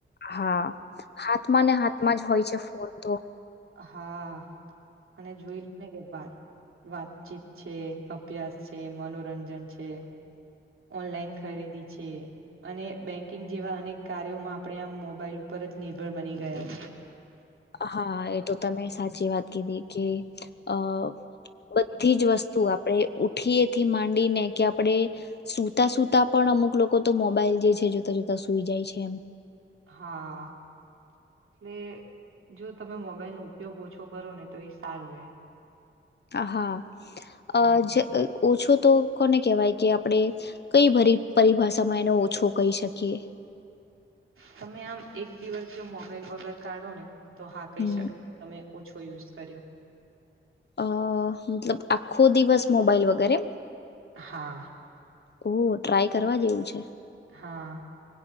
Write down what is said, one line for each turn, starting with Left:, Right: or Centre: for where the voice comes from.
Left: હા, હાથમાં ને હાથમાં જ હોય છે, ફોન તો
Right: હા અને જોઈ લુંને, કે વાત વાતચીત છે અભ્યાસ છે, મનોરંજન છે, ઓનલાઈન ખરીદી છે. અને બેન્કિંગ જેવા, અનેક કાર્યોમાં આપણે આ મોબાઈલ ઉપરજ નિર્ભર, બની ગયા છે.
Left: હા એ તો તમે સાચી વાત કીધી કે અ બધી જ વસ્તુ, આપ આપણે ઉઠીએથી માંડીને કે આપણેે સુતા, સુૂતા પણ અમુક, લોકો તો મોબાઈલ જે છે. જોતા જોતા સુઈ જાય છે, એમ
Right: હા. એટલે જો, તમે મોબાઈલ નો ઉપયોગ ઓછો કરો, ને તો એ સારું રે
Left: હા, અ
Right: હા
Left: જે ઓછો, તો કોને કહેવાય કે આપણે કઈ, પરિભાષામાં એનો ઓછો કહી, શકીએ
Right: તમે આમ એક દિવસ, જો મોબાઈલ વગર કાઢો ને તો હા કહી
Left: હમ
Right: શકાય, તમે ઓછો યુઝ કર્યો
Left: અ મતલબ આખો દિવસ મોબાઈલ, વગેરે
Right: હા
Left: ઓ ટ્રાય કરવા જેવું, છે.
Right: હા,